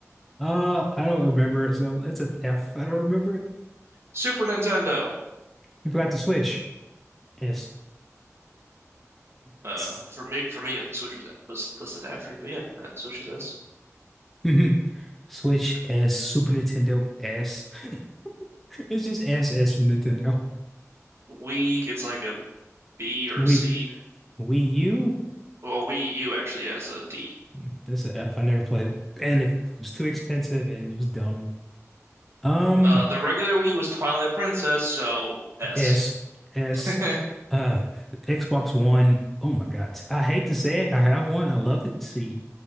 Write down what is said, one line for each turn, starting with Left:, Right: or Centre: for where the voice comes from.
Centre: Uh, I don't remember it, so that's an F. I don't remember it.
Right: Super Nintendo.
Centre: You forgot the Switch. S. <laughs>
Right: Uh,
Centre: S-
Right: for me, for me, the Switch was was listed after it, but yeah, that Switch is S.
Centre: mhm. Switch S, Super Nintendo S. <laughs> It's just S S from Nintendo.
Right: Wii gets like a B or
Centre: We
Right: a C.
Centre: Wii Wii U.
Right: Well, Wii U actually has a D.
Centre: Mm, It's a F. I never played it. And it, it was too expensive and it was dumb. Um,
Right: Uh, the regular Wii was Twilight Princess, so S.
Centre: S, S,
Right: <laughs>
Centre: uh, Xbox One. Oh my God. I hate to say it. I have one. I love it. See,